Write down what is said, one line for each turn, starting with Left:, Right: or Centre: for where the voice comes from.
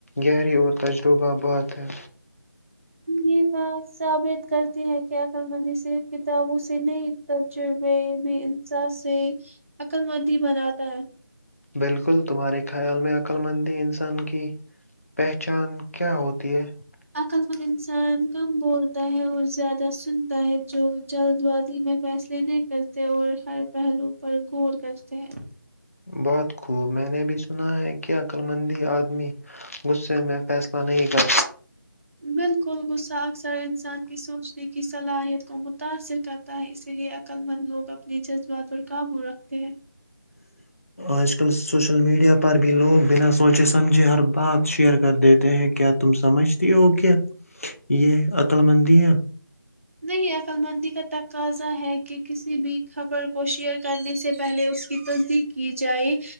Left: گہری اور تجہ روبہ بہت ہے
Right: یہ بات ثابت کرتی ہے کہ عقل مندی صرف کتابوں سے نہیں تجربے بھی انسا سے عقل مندی بناتا ہے
Left: بالکل تمہارے خیال میں عقللمندی انسان کی پہچان کیا ہوتی ہے
Right: عقل مند انسان کم بولتا ہے اور زیادہ سنتا ہے جو جلد بازی میں فیصلے نہیں کرتے اور ہر پہلو پر غور کرتے ہیں
Left: بہت خوب میں نے بھی سنا ہے کیا عقللمندی آدمی غے میں فیصلہ نہیں کر
Right: بالکل گس آ سارے انسان کی سوچنے کی کی صلاحیت کو متاثر کرتا ہے اسی لیے عقل مند لوگ اپنے جذبات پر قابو رکھتے ہیں
Left: آج کل سوشل میڈیا پر بھی لوگ بنا سوچے سمجھے ہر بات شیئر کر دیتے ہیں کیا تم سمجھتی ہو کیا یہ عقللمندیا
Right: نہیں عقللمندی کا تقاضا ہے کہ کسی بھی خبر کو شیئر کرنے سے پہلے اس کی تصدیق کی جائے